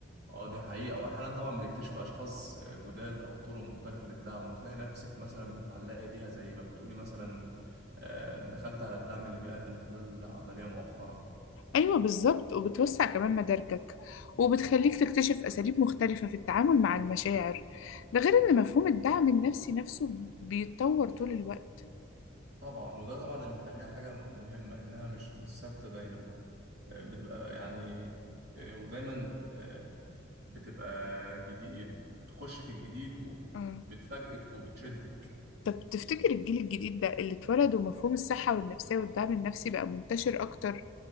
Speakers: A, on the right; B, on the left.
A: اه دي حقيقة وأحيانا طبعا بتكتشف أشخاص جداد أو طرق مختلفة للدعم وتلاقي نفسك مثلا بتتعلقي بيها زي ما بتقولي مثلا آه، دخلت على الدعم اللي بيقدم حلول عملية مؤخرا
B: أيوة بالظبط وبتوسع كمان مداركك وبتخليك تكتشف أساليب مختلفة في التعامل مع المشاعر ده غير إن مفهوم الدعم النفسي نفسه بيتطور طول الوقت
A: طبعا وده طبعا اللي مخليها حاجة مهمة إنها مش مش ثابتة دايما آه، بتبقى يعني آه، ودايما آه، بتبقى جديد تخش في الجديد وبتفاجئك
B: آه.
A: وبتشدك
B: طب تفتكر الجيل الجديد ده اللي اتولد ومفهوم الصحة والنفسية والدعم النفسي بقى منتشر أكتر